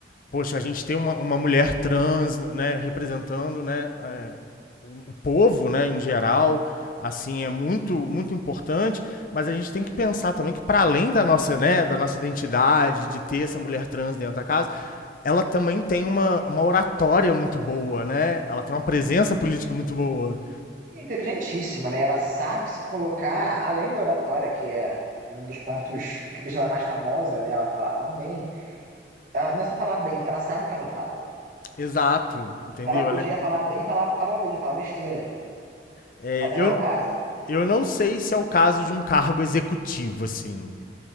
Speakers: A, on the left (about 50°); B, on the right (about 45°).
A: poxa, a gente tem uma, uma mulher trans, né, representando, né, é, o o povo, né, em geral, assim, é muito, muito importante. Mas a gente tem que pensar também que para além da nossa, né, da nossa identidade, de ter essa mulher trans dentro da casa, ela também tem uma, uma oratória muito boa, né? Ela tem uma presença política muito boa.
B: É Inteligentíssima, né? Ela sabe se colocar além da oratória, que é um dos pontos que deixa ela mais famosa, né? Ela fala tão bem. Ela não é só falar bem, ela sabe o que ela fala.
A: Exato, entendeu?
B: Ela podia
A: Ela é-
B: falar bem, falar abobrinha, falar besteira,
A: é,
B: mas não
A: eu,
B: é o caso.
A: Eu não sei se é o caso de um cargo executivo, assim,